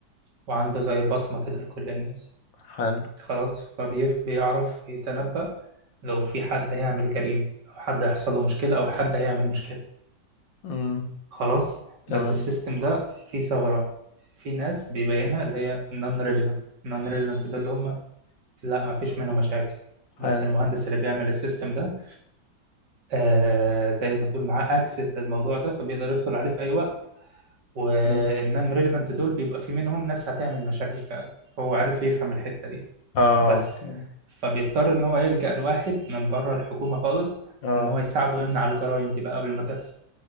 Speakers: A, on the right; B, on the left.
A: وعنده زي بصمه كده لكل الناس
B: حلو
A: خلاص فبيف بيعرف يتنبأ لو في حد هيعمل جريمة أو حد هيحصل له مشكلة أو حد هيعمل مشكلة
B: امم
A: خلاص
B: تمام
A: بس السيستم ده فيه ثغرة في ناس بيبينها اللي هي non relevant non relevant ده اللي هم لا مفيش منه مشاكل بس
B: حلو
A: المهندس اللي بيعمل السيستم ده آه زي ما تقول معاه اكسس للموضوع ده فبيقدر يدخل عليه في اي وقت والنون
B: اوكي
A: ريليفنت دول بيبقى في منهم ناس هتعمل مشاكل فعلا فهو عارف يفهم الحتة دي
B: اه
A: بس
B: اوكي
A: فبيضطر إن هو يلجأ لواحد من بره الحكومة خالص
B: اه
A: إن هو يساعده يمنع الجرائم دي بقى قبل ما تحصل